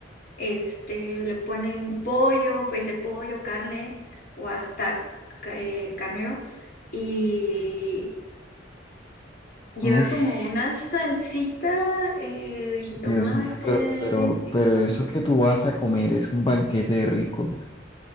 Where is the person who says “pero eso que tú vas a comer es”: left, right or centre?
Left